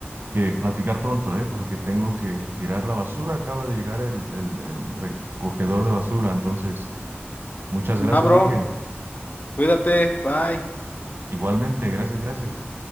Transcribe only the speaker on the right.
que platicar pronto, ¿eh? Porque tengo que tirar la basura, acaba de llegar el, el el recogedor de basura, entonces, muchas
gracias,
Ángel.
Igualmente, gracias, gracias.